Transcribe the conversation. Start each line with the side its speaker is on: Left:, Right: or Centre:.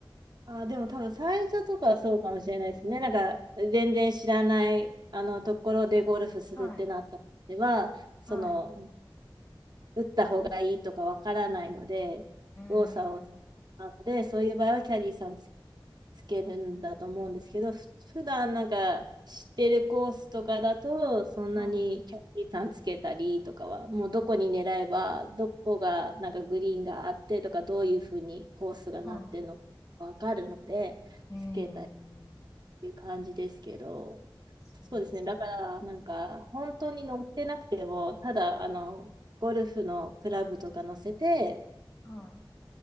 Right: あ、でも多分最初とかはそうかもしれないですね。なんか全然知らないあのところでゴルフするってなったのでは、
Left: はい。
Right: その、
Left: はい。
Right: 打った方がいいとかわからないので、
Left: うー
Right: 動作を、
Left: ん。
Right: なので、そういう場合はキャディーさんつ、つけるんだと思うんですけど、ふ普段なんか知ってるコースとかだと、そんなにキャディーさんつけたりとかは、
Left: はい。
Right: もうどこに狙えば、どこがなんかグリーンがあってとか、どういうふうにコースがなってるのか。
Left: は
Right: わかるので、
Left: い。えー、
Right: つけたっていう感じですけど、
Left: すごい。
Right: そうですね、だからなんか本当に乗ってなくても、ただあのゴルフのクラブとか乗せて、
Left: はい。